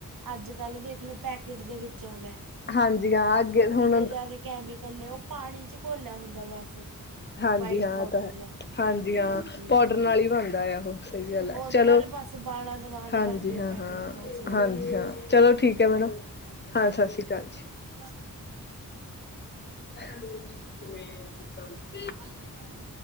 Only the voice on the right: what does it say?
ਅੱਜ ਕੱਲ ਦੇਖ ਲੋ ਪੈਕਟ ਦੇ ਵਿੱਚ ਆਉਂਦਾ।
ਕਿੰਨੇ ਜ਼ਿਆਦਾ ਕੈਮੀਕਲ ਨੇ, ਉਹ ਪਾਣੀ ਚ ਘੋਲਿਆ ਹੁੰਦਾ ਬਸ।
ਵਾਈਟ
ਪਾਊਡਰ
ਜਾਂ
ਹਾਂਜੀ
ਹਾਂ
ਉਹਦੇ
ਨਾਲ ਬਸ ਬਾਲਾ ਦਵਾ ਦਵਾ
ਕੇ
ਪੈਕਟ
ਨਾਲ ਸੀਲ
ਕਰ ਦਿੰਦੇ
ਨੇ
ਤਾਂ
ਹਾਂਜੀ ਬਸ।